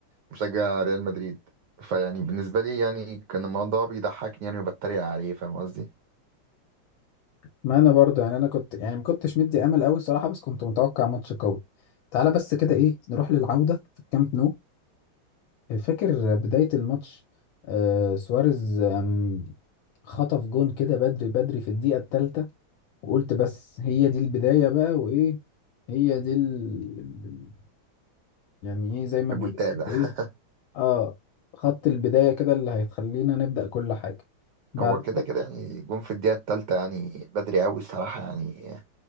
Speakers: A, on the right (about 70°); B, on the left (about 75°).
A: مشجع ريال مدريد فيعني بالنسبة لي يعني كان الموضوع بيضحكني يعني وبتريق عليه فاهم قصدي؟
B: ما انا برضه يعني انا كنت يعني ما كنتش مدي امل قوي الصراحه بس كنت متوقع ماتش قوي تعالى بس كده ايه نروح للعوده في الكامب نو فاكر بداية الماتش آه، سواريز آم، خطف جون كده بدري بدري في الدقيقة الثالثة وقلت بس هي دي البداية بقى وإيه هي دي ال... يعني إيه زي ما
A: المنتدى
B: بيقول إيه
A: <laughs>
B: آه خط البداية كده اللي هيخلينا نبدأ كل حاجة بعد
A: هو كده كده يعني جون في الدقيقة التالتة يعني بدري أوي الصراحة يعني